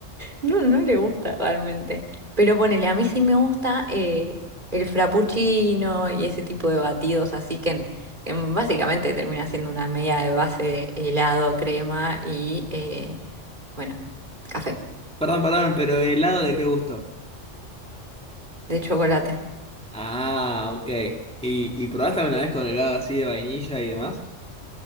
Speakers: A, on the right (about 40°); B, in the centre.
A: No, no le gusta realmente. Pero ponele, a mí sí me gusta eh, el frappuccino y ese tipo de batidos, así que en- en básicamente termina siendo una media de base de helado, crema y, eh, bueno, café
B: Perdón, perdón, pero ¿el helado de qué gusto?
A: de chocolate. <laughs>
B: Ah, ok. ¿Y, y probaste alguna vez con helado así de vainilla y demás?